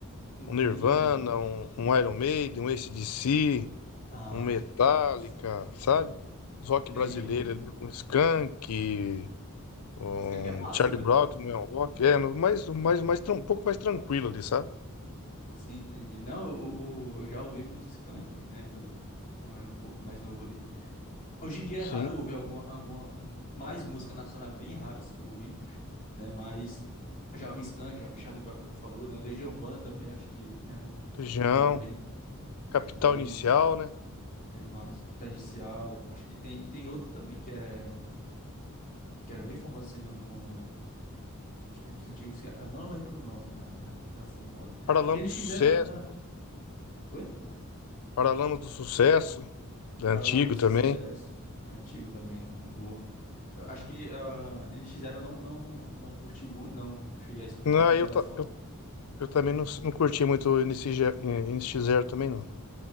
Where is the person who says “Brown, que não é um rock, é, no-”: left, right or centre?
Left